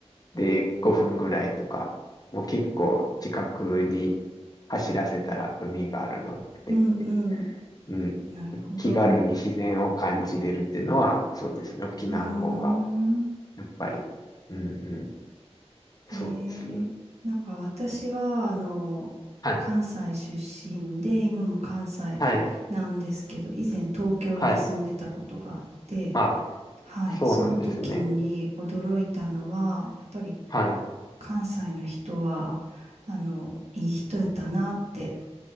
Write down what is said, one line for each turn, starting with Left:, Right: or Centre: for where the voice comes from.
Left: で5分ぐらいとか、もう結構近くに走らせたら海があるので、
Right: うんうん。
Left: うん、
Right: なるほど。
Left: 気軽に自然を感じれるっていうのは、そうですね。沖縄の方が、
Right: うーん。
Left: やっぱり。うんうん。
Right: えー、
Left: そうですね。
Right: なんか私は、あの、
Left: はい。
Right: 関西出身で、今も関西なんですけど、
Left: はい。
Right: 以前東京に住んでたことがあって、
Left: はい。あ、
Right: はい、
Left: そうなんですね。
Right: その時に驚いたのは、やっぱり
Left: はい。
Right: 関西の人は、あの、いい人やったなって、